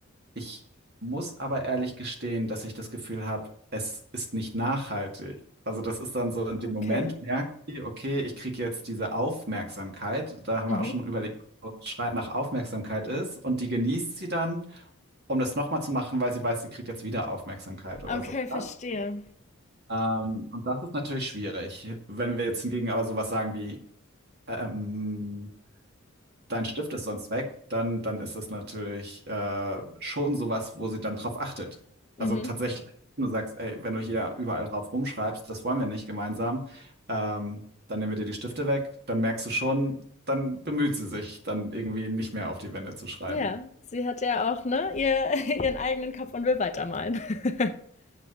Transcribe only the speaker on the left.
Ah,
Okay.
Mhm.
Okay,
verstehe.
Mhm.
Ja, sie hat ja auch, ne, ihr, <laughs> ihren eigenen Kopf und will weitermalen. <laughs>